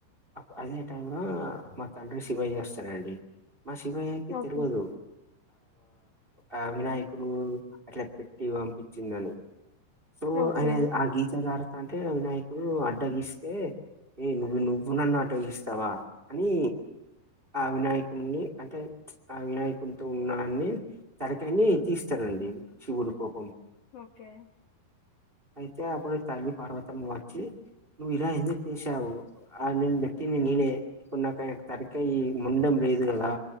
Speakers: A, on the right; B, on the left.
A: అప్ అదే టై ల మా తండ్రి శివయ్య చేస్తడండి మా శివయ్యకి
B: ఓకే.
A: తిలువదు ఆ వినాయకుడు అట్లా పెట్టి పంపించిందని సో
B: ఓకే.
A: ఆయన ఆ గీత దాటుతాంటే వినాయకుడు అడ్డగిస్తే ఏ నువ్వు నన్ను అడ్డగిస్తావా అని ఆ అ విినయక్ న్ని అంటే ఆ వినాయకుదితో ఉన్నా అన్ని తలకాయ్ని తీస్తాడండి చశివుడు కోప్
B: ఓకే
A: అయితే అప్పుడు తల్లి పార్వతమ్మ వచ్చి నువ్ ఇల ఎందుకు చేసావ్ అది నిన్ పెట్టింది నినే ఇప్పుడు నాక్ అయిన తలకాయ్ ఇయ్యి మొడం లేదు కదా